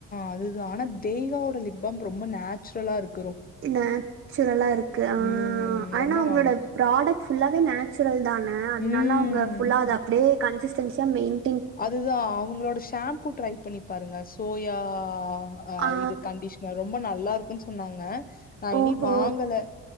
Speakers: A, on the left (about 30°); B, on the right (about 45°).
A: அதுதா ஆனா தெய்வாவோட லிப்பாம் ரொம்ப நேச்சுரலா இருக்
B: இந்நேச்சுரலா இருக்கு ஆஹ்
A: ம்
B: ஆனா
A: ரொம்ப
B: அவுங்களோட
A: நல்லாருக்கு.
B: ப்ராடக்ஸ் ஃபுல்லாவே நேச்சுரல் தா அ அதுனால
A: ம்
B: அவுங்க ஃபுல்லா அத அப்டியே கன்சிஸ்டன்சியா மெயின்
A: அதுதா அவுங்களோட ஷாம்பூ ட்ரை பண்ணிப் பாருங்க சோயா அ ஆஹ
B: ஆ
A: இது கண்டிஷ்னர் ரொம்ப நல்லாருக் க்கு சொன்னாங்க நா இனி
B: ஓஹோ
A: வாங்கல